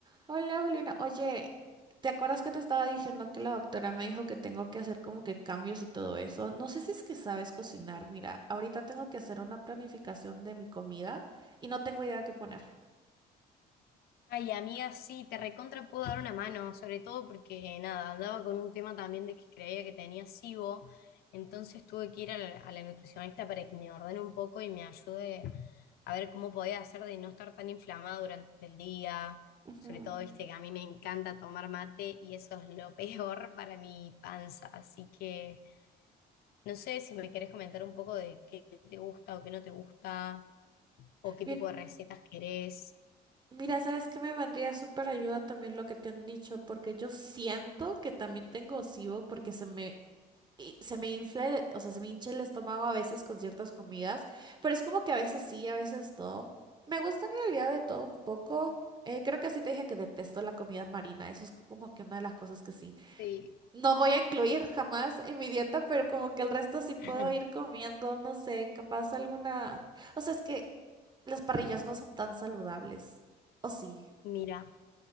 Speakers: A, on the right (about 25°); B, on the left (about 65°).
A: Hola Juliana, oye, ¿te acuerdas que te estaba diciendo que la doctora me dijo que tengo que hacer como que cambios y todo eso? No sé si es que sabes cocinar. Mira, ahorita tengo que hacer una planificación de mi comida y no tengo idea qué poner.
B: Ay, amiga, sí, te recontra puedo dar una mano, sobre todo porque nada, andaba con un tema también de que creía que tenía SIBO, entonces tuve que ir a la, a la nutricionista para que me ordene un poco y me ayude a ver cómo podía hacer de no estar tan inflamada durante el día,
A: Ujú.
B: sobre todo, viste, que a mí me encanta tomar mate y eso es lo <laughs> peor para mi panza, así que no sé si me querés comentar un poco de qué te gusta o qué no te gusta, o qué
A: Mi-
B: tipo de recetas querés.
A: Mira, ¿sabes qué me vendría súper ayuda también lo que te han dicho? Porque yo siento que también tengo SIBO porque se me y se me infla, el- o sea, se me hincha el estómago a veces con ciertas comidas, pero es como que a veces sí, a veces no. Me gusta en realidad de todo un poco. Eh, creo que sí te dije que detesto la comida marina, eso es como que una de las cosas que sí.
B: Sí.
A: No voy a incluir jamás en mi dieta, pero como que el resto sí puedo
B: <laughs>
A: ir comiendo, no sé, capaz alguna... O sea, es que las parrillas no son tan saludables, ¿o sí?
B: Mira,